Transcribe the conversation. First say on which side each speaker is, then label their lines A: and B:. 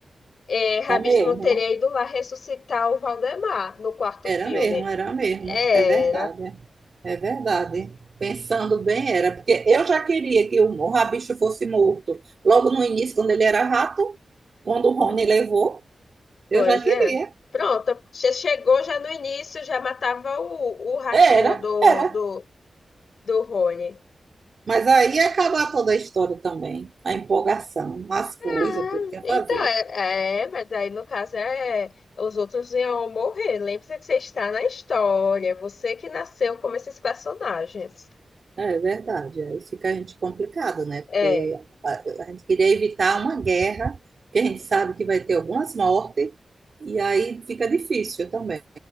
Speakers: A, on the left (about 65°); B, on the right (about 50°).
A: é, Rabicho
B: É mesmo.
A: não teria ido lá ressuscitar o Valdemar no quarto
B: Era
A: filme.
B: mesmo, era mesmo.
A: Era.
B: É verdade. é. É verdade. Pensando bem, era. Porque eu já queria que o, o Rabicho fosse morto. Logo no início, quando ele era rato, quando o
A: Pois
B: Rony levou,
A: Pois
B: eu já queria.
A: é. Pronto. Você chegou já no início, já matava o, o ratinho
B: Era,
A: do,
B: era.
A: do, do Rony.
B: Mas aí ia acabar toda a história também. A empolgação, as coisas,
A: Ah,
B: tudo que ia
A: Então,
B: fazer.
A: é, é, mas aí no caso é os outros iam morrer. Lembre-se que você está na história, é você que nasceu como esses personagens.
B: É verdade. Aí fica a gente complicado, né? Porque
A: É,
B: a, a gente queria evitar uma guerra, que a gente sabe que vai ter algumas mortes, e aí fica difícil também